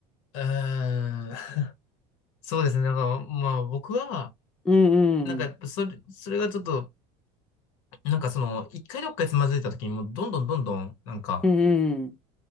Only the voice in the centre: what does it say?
うんうん。
うんうん。